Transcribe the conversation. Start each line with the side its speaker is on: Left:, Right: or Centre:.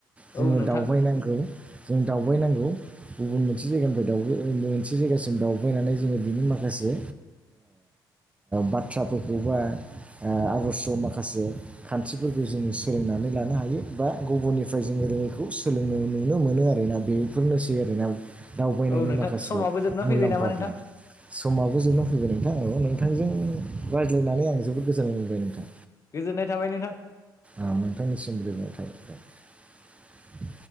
Left: औ
Right: जोङो
Left: नोंथां
Right: दावबायनांगौ जों दावबायनांगौ गुबुन मोनसे जायगानिफ्राय दावउबाय मोनसे जायगासिम दावबायनानै जोङो बिनि माखासे बाथ्राफोरखौबा आदर्श' माखासे खान्थिफोरखौ जोङो सोलोंनानै लानो हायो बा गुबुननिफ्राय जोङो रोङैखौ सोलोंनो नुनो मोनो आरोना बेफोरनोसै आरोना दावबायनायनि
Left: औ नोंथां
Right: माखासे
Left: समाबो जोबना फैबाय
Right: मुलाम्फाफोरा
Left: नामा नोंथां
Right: समाबो जोबनो फैगोन नोंथां नोंथांजों रायज्लायनानै आं जोबोद गोजोननाय मोनबाय नोंथां
Left: गोजोननाय थाबाय नोंथां
Right: औ नोंथांनिसि गोजोनाय थायो